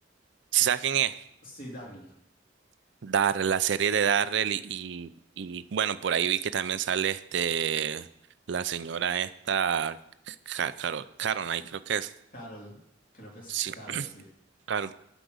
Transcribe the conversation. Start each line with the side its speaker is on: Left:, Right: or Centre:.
Right: ¿Sí sabes quién es?
Left: Sí, Daryl.
Right: Darrell, la serie de Darrell y, y, y, bueno, por ahí vi que también sale este la señora esta Ca- Carol, Caroline, creo que es.
Left: Carol, creo que es
Right: Sí,
Left: Carol, sí.
Right: Carol.